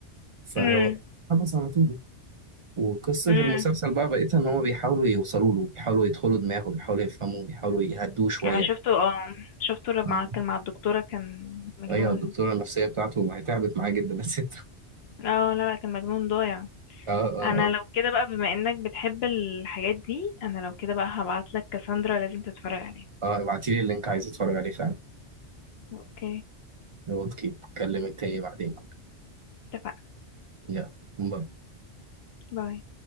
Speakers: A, on the right; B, on the left.
A: فهو
B: امم
A: حبس على طول وقصة
B: امم
A: المسلسل بقى بقيتها ان هما بيحاولوا يوصلوا له بيحاولوا يدخلوا دماغه بيحاولوا يفهموه بيحاولوا يهدوه شوية
B: انا شفته اه شفته لما
A: فاهمة؟
B: كان مع الدكتورة كان مجنون
A: ايوه الدكتورة النفسية بتاعته ما هي تعبت معاه جدا الست
B: اه لا لا كان مجنون ضايع
A: <laughs> اه اه
B: انا
A: آه.
B: لو كده بقى بما انك بتحب الحاجات دي انا لو كده بقى هبعتلك كاساندرا لازم تتفرج عليها
A: اه ابعتيلي اللينك عايز اتفرج عليه فعلا
B: اوكي
A: نقعد كده اكلمك تاني بعدين
B: اتفقنا
A: يلا باي
B: باي